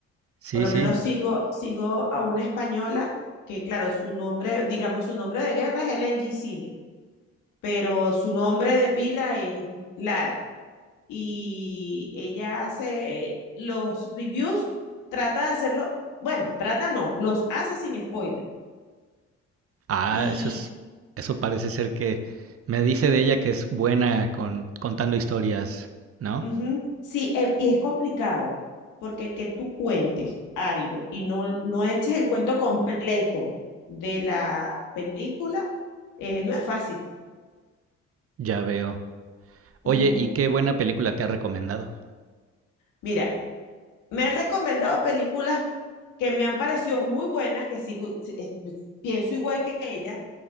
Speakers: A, on the right (about 50°); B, on the left (about 85°).
A: Sí,
B: Por lo
A: sí.
B: menos sigo, sigo a una española que, claro, su nombre, digamos, su nombre de guerra es LNG Cine, pero su nombre de pila es Lara. y ella hace los reviews, trata de hacerlo, bueno, trata no, los hace sin spoiler.
A: Ah,
B: Y
A: eso es, eso parece ser que me dice de ella que es buena con contando historias, ¿no?
B: ujú, sí, e- y es complicado, porque que tú cuentes algo y no, no eches el cuento completo de la película, eh, no es fácil.
A: Ya veo. Oye,
B: Ujú.
A: ¿y qué buena película te ha recomendado?
B: Mira, me he recomendado películas que me han parecido muy buenas, que sigo, si- es- pienso igual que ella,